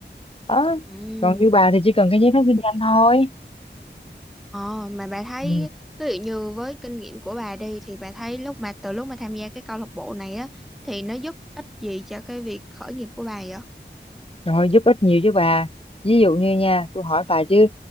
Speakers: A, on the left; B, in the centre.
A: đó
B: ừ.
A: còn như bà thì chỉ cần cái giấy phép kinh doanh thôi
B: Ồ, mà bà thấy
A: ừ.
B: ví dụ như với kinh nghiệm của bà đi thì bà thấy lúc mà từ lúc mà tham gia cái câu lạc bộ này á thì nó giúp ích gì cho cái việc khởi nghiệp của bà vậy?
A: trời ơi, giúp ích nhiều chứ bà ví dụ như nha tôi hỏi bà chứ